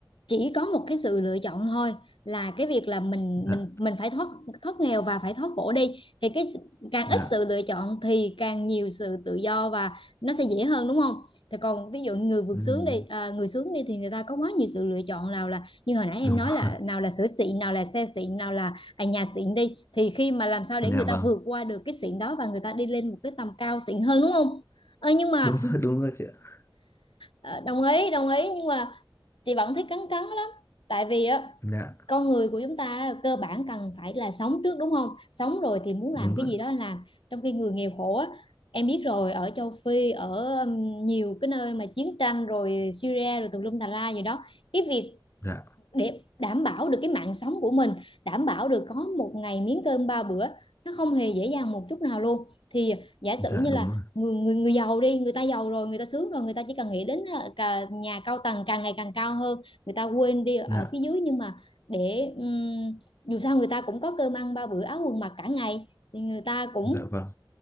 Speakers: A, on the left (about 80°); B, on the left (about 30°).
A: chỉ có một cái sự lựa chọn thôi là cái việc là mình
B: dạ
A: mình mình phải thoát thoát nghèo và phải thoát khổ đi thì cái càng
B: dạ
A: ít sự lựa chọn thì càng nhiều sự tự do và nó sẽ dễ hơn đúng không thì còn ví dụ người vượt
B: Ừm,
A: sướng đi à, người sướng đi thì người ta có quá nhiều sự lựa chọn nào là như hồi nãy em
B: đúng
A: nói là
B: rồi
A: nào là sữa xịn nào là xe xịn nào là à, nhà xịn đi thì khi mà làm sao để
B: dạ
A: người
B: vâng
A: ta vượt qua được cái xịn đó và người ta đi lên một cái tầm cao xịn hơn đúng không Ờ, nhưng mà
B: đúng rồi đúng rồi chị ạ
A: ờ, đồng ý đồng ý nhưng mà chị vẫn thấy cắn cắn lắm tại vì á
B: dạ
A: con người của chúng ta cơ bản cần phải là sống trước đúng không sống rồi thì muốn
B: đúng
A: làm
B: rồi
A: cái gì đó làm trong khi người nghèo khổ á, em biết rồi ở châu Phi ở um, nhiều cái nơi mà chiến tranh rồi Syria rồi tùm lum tà la gì đó cái việc
B: dạ
A: để đảm bảo được cái mạng sống của mình đảm bảo được có một ngày miếng cơm ba bữa nó không hề dễ dàng một chút nào luôn thì giả sử
B: dạ
A: như
B: đúng
A: là
B: rồi
A: người người người giàu đi người ta giàu rồi người ta sướng rồi người ta chỉ cần nghĩ đến ờ, cả nhà cao tầng càng ngày càng cao hơn người ta quên đi ở
B: dạ
A: phía dưới nhưng mà để ừm, dù sao người ta cũng có cơm ăn ba bữa áo quần mặc cả ngày thì người ta cũng
B: dạ vâng